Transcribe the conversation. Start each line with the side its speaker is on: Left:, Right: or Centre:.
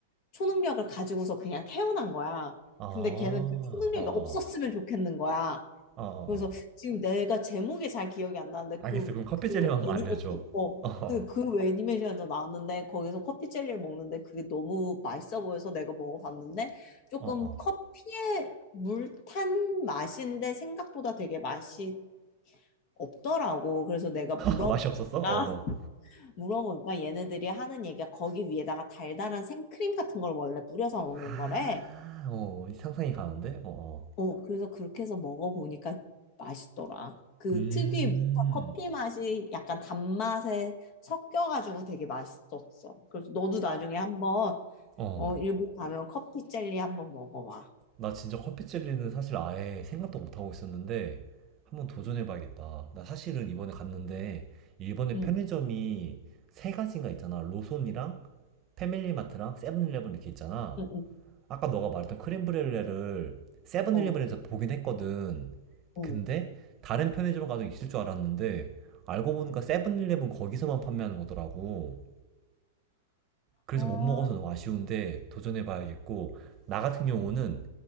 Left: 초능력을 가지고서 그냥 태어난 거야.
Right: 아, 어,
Left: 근데 걔는 그 초능력이
Right: 어,
Left: 없었으면 좋겠는 거야.
Right: 어, 어. 어.
Left: 그래서 지금 내가 제목이 잘 기억이 안 나는데
Right: 알겠어.
Left: 그,
Right: 그럼 커피젤리만
Left: 그
Right: <laughs> 알려줘.
Left: 애니메이션, 어,
Right: 어,
Left: 그, 그 애니메이션에서 나왔는데 거기서 커피 젤리를 먹는데 그게 너무 맛있어 보여서 내가 먹어봤는데 조금
Right: 어, 어.
Left: 커피에 물 탄 맛인데 생각보다 되게 맛이 없더라고. 그래서 내가 물어보니까,
Right: <laughs> 맛이 없었어? 어,
Left: <laughs>
Right: 어.
Left: 물어보니까 얘네들이 하는 얘기가 거기 위에다가 달달한 생크림 같은 걸 원래 뿌려서 먹는
Right: 아,
Left: 거래.
Right: 어, 상상이 가는데? 어, 어.
Left: 어, 그래서 그렇게 해서 먹어보니까 맛있더라. 그
Right: 음,
Left: 특유의 묵한 커피 맛이 약간 단맛에 섞여가지고 되게 맛있었어. 그래서 너도 나중에 한번
Right: 어.
Left: 어, 일본 가면 커피 젤리 한번 먹어봐.
Right: 나 진짜 커피 젤리는 사실 아예 생각도 못하고 있었는데 한번 도전해봐야겠다. 나 사실은 이번에 갔는데 일본의
Left: 응,
Right: 편의점이 세 가지인가 있잖아. 로손이랑 패밀리마트랑 세븐일레븐 이렇게 있잖아.
Left: 응, 응,
Right: 아까 너가 말했던 크림브렐레를 세븐일레븐에서
Left: 어,
Right: 보긴 했거든.
Left: 어.
Right: 근데 다른 편의점 가도 있을 줄 알았는데 알고 보니까 세븐일레븐 거기서만 판매하는 거더라고. 그래서
Left: 아,
Right: 못 먹어서 너무 아쉬운데 도전해봐야겠고 나 같은 경우는